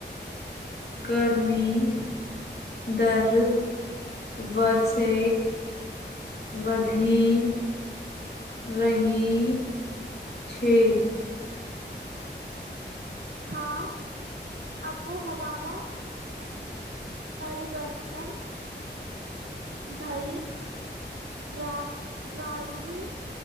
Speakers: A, on the left; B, on the right.
A: ગરમી દર વર્ષે વધી રહી છે.
B: હા આબોહવામાં પરિવર્તન થઈ રા રાહ્યું